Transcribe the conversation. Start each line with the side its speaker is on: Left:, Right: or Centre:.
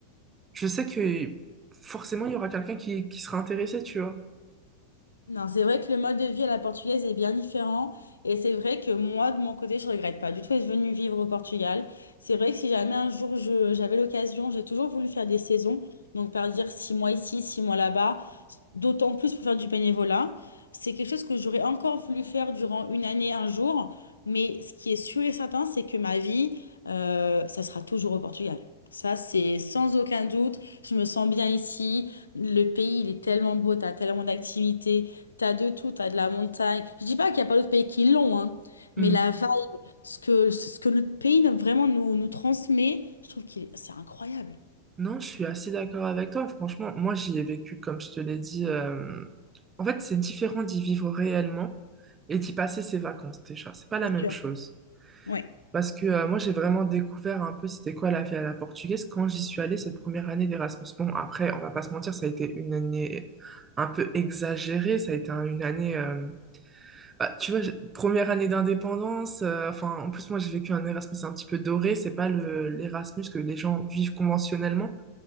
Right: je sais que forcément, il y aura quelqu'un qui, qui sera intéressé, tu vois.
Left: Non, c'est vrai que le mode de vie à la portugaise est bien différent. Et c'est vrai que moi, de mon côté, je regrette pas du tout être venue vivre au Portugal. C'est vrai que si jamais un jour je- j'avais l'occasion, j'ai toujours voulu faire des saisons. Donc, par dire six mois ici, six mois là-bas, d'autant plus pour faire du bénévolat. C'est quelque chose que j'aurais encore voulu faire durant une année, un jour. Mais ce qui est sûr et certain, c'est que ma vie, euh, ça sera toujours au Portugal. Ça, c'est sans aucun doute. Je me sens bien ici. Le pays, il est tellement beau, tu as tellement d'activités. T'as de tout, t'as de la montagne. Je dis pas qu'il n'y a pas d'autres pays qui l'ont, hein, mais
Right: Hmm.
Left: la vibe, ce que, ce que notre pays vraiment nous, nous transmet, je trouve que c'est incroyable.
Right: Non, je suis assez d'accord avec toi. Franchement, moi, j'y ai vécu, comme je te l'ai dit. euh, En fait, c'est différent d'y vivre réellement et d'y passer ses vacances déjà. C'est pas la
Left: C'est
Right: même
Left: sûr.
Right: chose.
Left: Oui.
Right: Parce que euh, moi, j'ai vraiment découvert un peu c'était quoi la vie à la portugaise quand j'y suis allée cette première année d'Erasmus. Bon, après, on va pas se mentir, ça a été une année un peu exagérée. Ça a été un- une année. euh, bah, tu vois, j'ai- première année d'indépendance. euh, Enfin, en plus, moi, j'ai vécu un Erasmus un petit peu doré. C'est pas le l'Erasmus que les gens vivent conventionnellement.